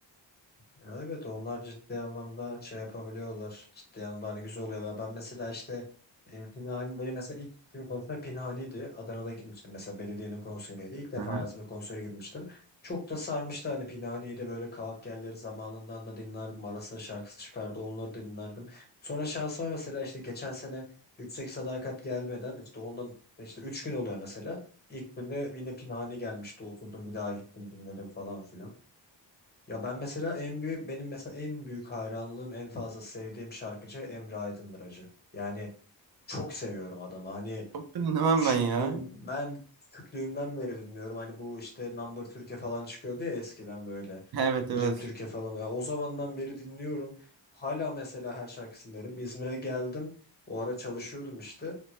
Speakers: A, on the left; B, on the right.
A: Ya evet onlar ciddi anlamda şey yapabiliyorlar. Ciddi anlamda hani güzel oluyor. Ya Ben mesela işte e, Pinhani benim mesela ilk gittiğim konser Pinhani'ydi. Adana'da gitmiştim mesela belediyenin konseriydi. İlk defa
B: Aha.
A: hayatımda konsere gitmiştim. Çok da sarmıştı hani pinhaniydi. böyle kavak yerleri zamanından da dinlerdim. Ara sıra şarkısı çıkardı onları da dinlerdim. Sonra şansıma mesela işte geçen sene Yüksek Sadakat gelmeden işte ondan işte 3 gün oluyor mesela. İlk günde yine Pinhani gelmişti oturdum bir daha gittim dinledim falan filan. Ya ben mesela en büyük benim mesela en büyük hayranlığım en fazla sevdiğim şarkıcı Emre Aydındır Yani çok seviyorum adamı. Hani
B: Çok da dinlemem
A: Küçüklüğüm
B: ben ya.
A: ben küçüklüğümden beri dinliyorum. Hani bu işte Number Türkiye falan çıkıyordu ya eskiden böyle.
B: <laughs> Evet
A: Birim
B: evet.
A: Türkiye falan. Ya o zamandan beri dinliyorum. Hala mesela her şarkısını derim. İzmir'e geldim. O ara çalışıyordum işte.